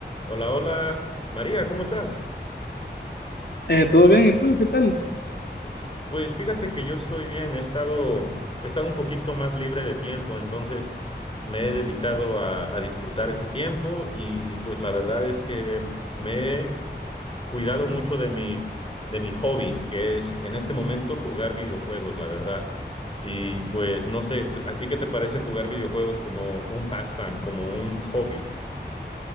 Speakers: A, on the left; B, on the left.
A: Hola, hola. María, ¿cómo estás?
B: Eh, ¿todo bien? ¿Y tú? ¿Qué tal?
A: Pues fíjate que yo estoy bien, he estado, he estado un poquito más libre de tiempo, entonces me he dedicado a, a disfrutar este tiempo y pues la verdad es que me he cuidado mucho de mi, de mi hobby, que es en este momento jugar videojuegos, la verdad. Y pues no sé, ¿a ti qué te parece jugar videojuegos como un pastime, como un hobby?